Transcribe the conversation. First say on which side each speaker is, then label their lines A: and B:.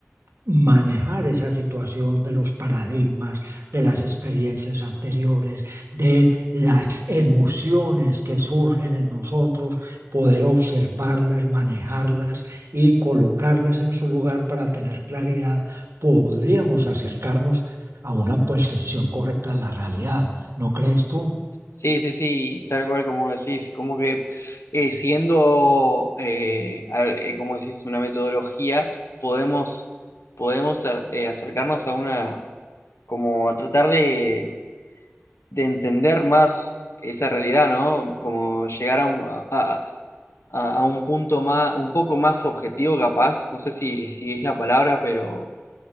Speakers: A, on the right; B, on the left.
A: manejar esa situación de los paradigmas, de las experiencias anteriores, de las emociones que surgen en nosotros, poder observarlas, manejarlas y colocarlas en su lugar para tener claridad, podríamos acercarnos a una percepción correcta de la realidad. ¿No crees tú?
B: Sí, sí, sí, tal cual como decís, como que eh, siendo, eh, a- eh, como decís, una metodología, podemos, podemos a- eh, acercarnos a una, como a tratar de, de entender más esa realidad, ¿no? Como llegar a un, a, a- a un punto más, un poco más objetivo capaz, no sé si, si es la palabra, pero,